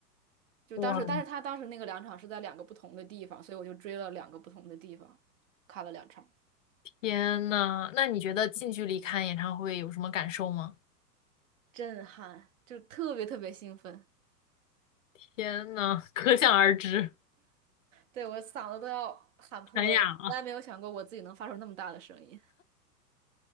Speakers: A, on the right; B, on the left.
A: 就当时，
B: 我
A: 但是他当时那个两场是在两个不同的地方，所以我就追了两个不同的地方，看了两场，
B: 天呐，那你觉得近距离看演唱会有什么感受吗？
A: 震撼，就特别特别兴奋，
B: 天呐，可想而知，
A: 对，我嗓子都要喊破了，
B: 哎哑了，
A: 我从来没有想过我自己能发出那么大的声音。